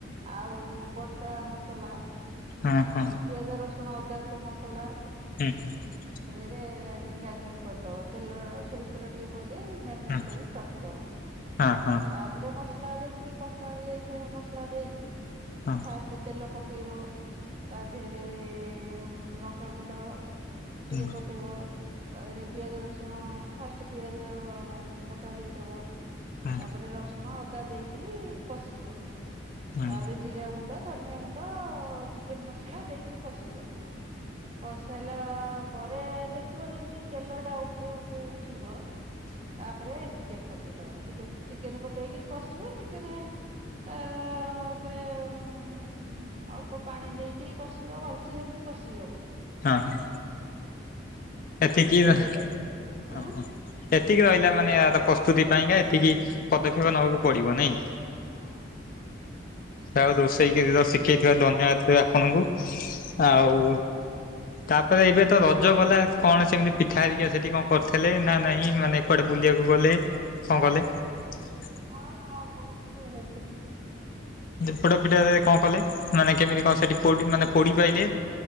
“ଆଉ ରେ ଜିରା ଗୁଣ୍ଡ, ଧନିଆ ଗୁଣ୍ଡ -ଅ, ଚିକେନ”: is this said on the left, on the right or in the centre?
Right